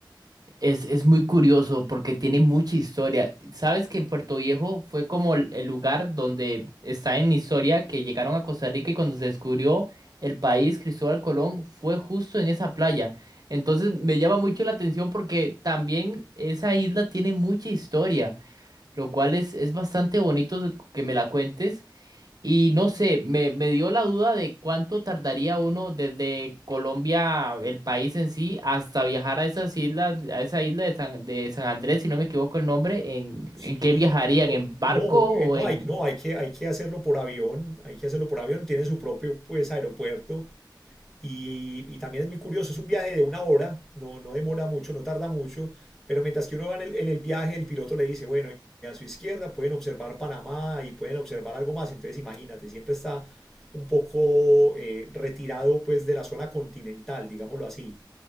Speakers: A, on the right; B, in the centre.
A: Es, es muy curioso porque tiene mucha historia. ¿Sabes que en Puerto Viejo fue como el el lugar donde está en historia que llegaron a Costa Rica y cuando se descubrió el país, Cristóbal Colón fue justo en esa playa? Entonces me llama mucho la atención porque también esa isla tiene mucha historia, lo cual es, es bastante bonito que me la cuentes. Y no sé, me, me dio la duda de cuánto tardaría uno desde Colombia, el país en sí, hasta viajar a esas islas, a esa isla de San, de San Andrés, si no me equivoco el nombre, en,
B: Sí,
A: en qué viajarían,
B: no,
A: en barco
B: no, eh,
A: o
B: no
A: en...
B: hay, no, hay que, hay que hacerlo por avión, hay que hacerlo por avión, tiene su propio pues aeropuerto y, y también es muy curioso, es un viaje de una hora, no, no demora mucho, no tarda mucho, pero mientras que uno va en el, en el viaje, el piloto le dice, bueno, y a su izquierda pueden observar Panamá y pueden observar algo más, entonces imagínate, siempre está un poco eh, retirado pues de la zona continental, digámoslo así.